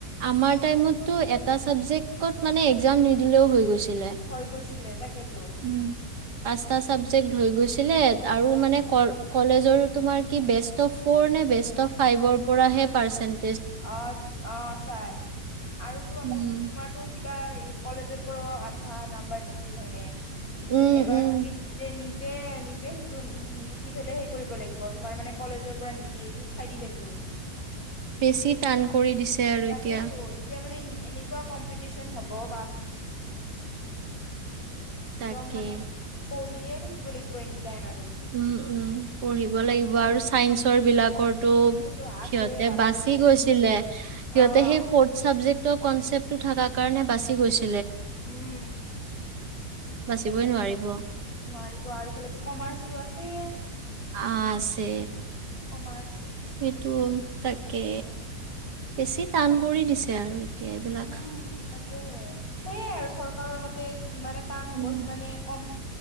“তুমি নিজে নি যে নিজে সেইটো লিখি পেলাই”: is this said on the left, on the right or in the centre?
Left